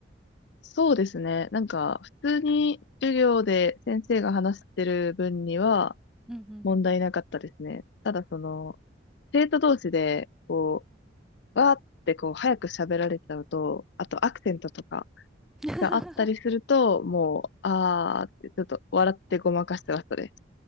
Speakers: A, on the left; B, in the centre.
A: そうですね。なんか、普通に授業で先生が話してる分には
B: うんうんうん。
A: 問題なかったですね。ただその、生徒同士で、こう、わーってこう、早く喋られちゃうと、あとアクセントとか、
B: <laughs>
A: があったりすると、もう、あーって、ちょっと笑ってごまかしてましたね。